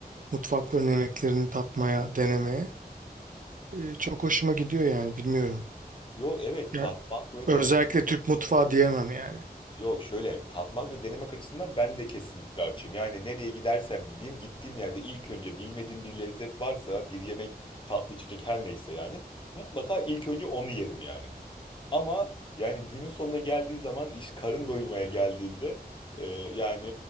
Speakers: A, on the right; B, on the left.
A: mutfakların yemeklerini tatmaya denemeye. Ee, çok hoşuma gidiyor yani bilmiyorum.
B: Yo evet
A: Yani
B: tatmak ve
A: özellikle
B: denemek
A: Türk mutfağı diyemem yani.
B: Yo şöyle tatmak ve denemek açısından ben de kesinlikle açım. Yani nereye gidersem gideyim gittiğim yerde ilk önce bilmediğim bir lezzet varsa bir yemek tatlı içecek her neyse yani mutlaka ilk önce onu yerim yani. Ama yani günün sonuna geldiği zaman iş karın doyurmaya geldiğinde e, yani